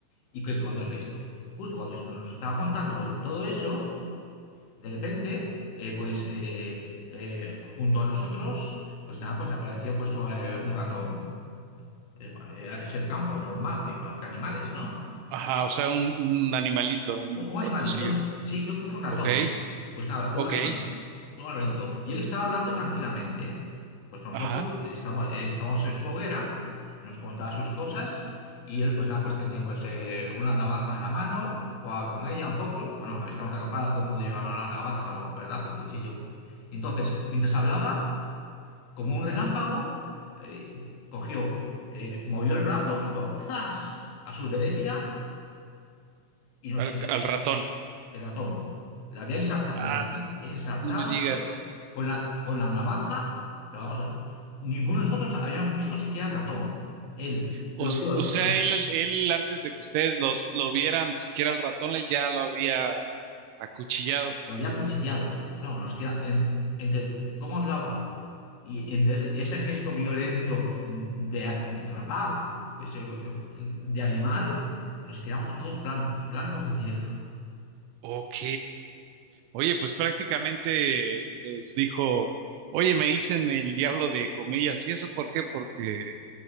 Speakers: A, on the left; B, on the right.
A: Y que cuando esto, justo cuando nos estaba contando todo eso, de repente, eh, pues eh, eh, junto a nosotros, pues nada, pues apareció pues eh, un ratón. Eh, Era ese campo, es normal que parezca animales, ¿no?
B: Ajá, o sea, un, un animalito, un
A: Un un animalito,
B: ratoncillo.
A: ¿no? sí, creo que fue un ratón.
B: Ok,
A: Pues nada, un
B: ok,
A: Sí. animalito, un animalito. Y él estaba hablando tranquilamente. Pues nosotros
B: ajá,
A: estamos, eh, estábamos en su hoguera, nos contaba sus cosas y él pues nada, pues tenía pues eh, una navaja en la mano, jugaba con ella un poco. Bueno, estamos de acampada, todo el mundo lleva una navaja, ¿verdad? O un cuchillo. Entonces, mientras hablaba, como un relámpago, eh, cogió, eh, movió el brazo y todo, ¡zas! a su derecha y nos
B: al,
A: enseñó
B: al ratón.
A: el ratón. La había ensarta-
B: Ah,
A: la había ensartado
B: no me digas.
A: pero con la, con la navaja, pero vamos, a ninguno de nosotros habíamos visto siquiera ratón. Él
B: O,
A: lo
B: s-
A: vio,
B: o sea, él, él antes de que ustedes los, lo vieran, siquiera al ratón, él ya lo había Acuchillado.
A: lo había acuchillado. Claro, nos queda en- entre cómo hablaba y en ese, ese gesto violento de rapaz, pues, de animal, nos quedamos todos blancos, blancos de miedo. <laughs>
B: Ok. Oye, pues prácticamente les dijo, oye, me dicen el diablo de comillas. ¿Y eso por qué? Porque,